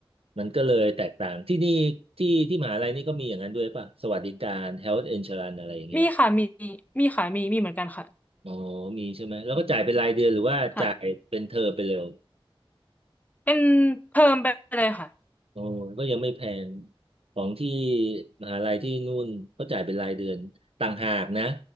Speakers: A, on the right (about 80°); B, on the left (about 15°).
A: มันก็เลยแตกต่างที่นี่ที่ที่มหาลัยนี่ก็มีอย่างนั้นด้วยป่ะสวัสดิการ health insurance อะไรอย่างเงี้ย
B: มีค่ะมีมีค่ะมีมีเหมือนกันค่ะ
A: อ๋อมีใช่ไหม แล้วก็จ่ายเป็นรายเดือนหรือว่าจ่ายเป็นเทอมไปเลย
B: อืมค่ะ เป็นเพิ่มไปเลยค่ะ
A: อ๋อก็ยังไม่แพงของที่มหาลัยที่นู่นเขาจ่ายเป็นรายเดือนต่างหากนะ